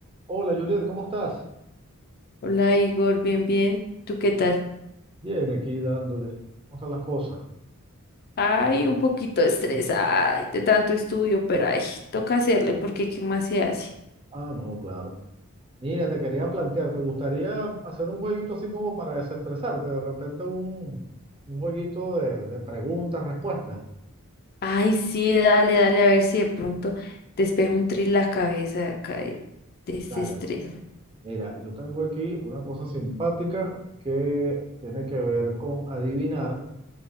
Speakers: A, on the right; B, on the left.
A: Hola Julieta, ¿cómo estás?
B: Hola Igor, bien, bien. ¿Tú qué tal?
A: Bien, aquí dándole. ¿Cómo están las cosas?
B: Ay, un poquito estresada de tanto estudio, pero ay, toca hacerle porque ¿qué más se hace?
A: Ah, no, claro. Mira, te quería plantear, ¿te gustaría hacer un jueguito así como para desestresarte? De repente un, un jueguito de, de preguntas, respuestas.
B: Ay, sí, dale, dale, a ver si de pronto despejo un tris la cabeza acá de, de ese
A: Dale,
B: estrés.
A: mira, yo tengo aquí una cosa simpática que tiene que ver con adivinar